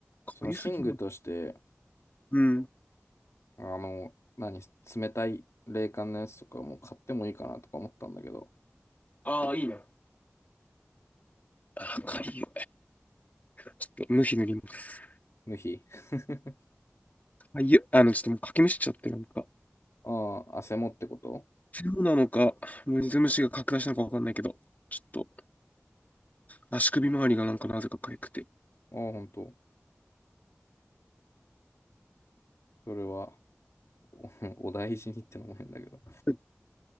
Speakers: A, on the left (about 85°); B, on the left (about 35°).
A: その寝具として、
B: 痒すぎる。うん。
A: あの、何、冷たい冷感のやつとかも買ってもいいかなとか思ったんだけど、
B: ああ、いいね。あ、かゆい。ちょっと、無比塗ります。
A: 無比。<laughs>
B: かゆい。あの、ちょっともうかきむしっちゃって、なんか。
A: ああ、汗もってこと
B: そうなのか、水虫が拡大したのかわかんないけど、ちょっと、足首周りがなんかなぜかかゆくて。
A: ああ、ほんと。それは、お、<laughs> お大事にってのも変だけど。
B: うん